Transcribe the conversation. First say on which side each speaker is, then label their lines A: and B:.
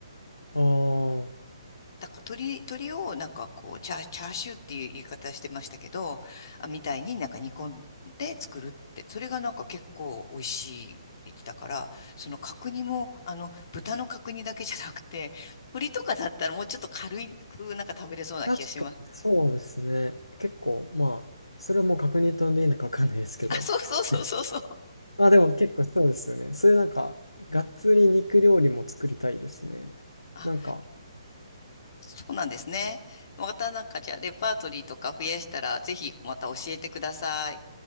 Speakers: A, on the left; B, on the left.
A: ああ、
B: だから鶏、鶏をなんかこうチャー、チャーシューっていう言い方してましたけどあみたいになんか煮込んで作るってそれがなんか結構美味しいって言ってたからその角煮もあの豚の角煮だけじゃなくて鶏とかだったらもうちょっと軽くなんか食べれそうな気がします。
A: 確かにそうですね。結構、まあ、それはもう確認とんでいいのかわかんないですけど、
B: あ、そうそうそうそうそう。
A: <laughs> あ、でも結構そうですよね。そういうなんか、がっつり肉料理も作りたいですね。
B: あ
A: なんか、
B: そうなんですね。またなんかじゃあレパートリーとか増やしたら、ぜひまた教えてください。